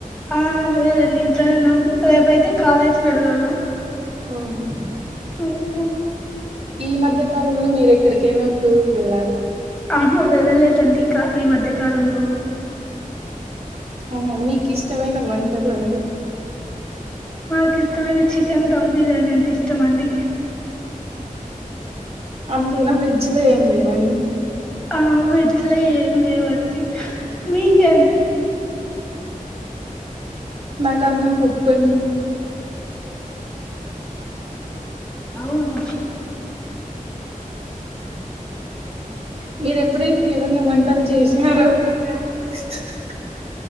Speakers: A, in the centre; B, on the right.
A: ఆ లేదండి ఇంట్లోనే ఉన్నామ్ రేపయితే కాలేజ్కి వెళ్ళాల
B: అవున
A: ఉహు
B: ఈ మధ్య కాలంలో మీరెక్కడికైనా ఒక టూర్ కుి వెళ్ళారు
A: ఆహా వెళ్ళలేదండి ఈ మధ్య కాలంలో
B: అవును మీకు ఇష్టమైన వంటలు అండి
A: నాకు ఇష్టమైన చికెన్ ధంబిర్యానీ అంటే ఇష్టమండి
B: అంతేన వెజ్లో ఏం లేవ అండి
A: ఆ వెజ్ లో ఏం లేవండి మీకేం
B: నాకందం పప్పె
A: అవున
B: మీరు ఎప్పుడైనా ఎవన్న వంటల్ చేసినార <unintelligible>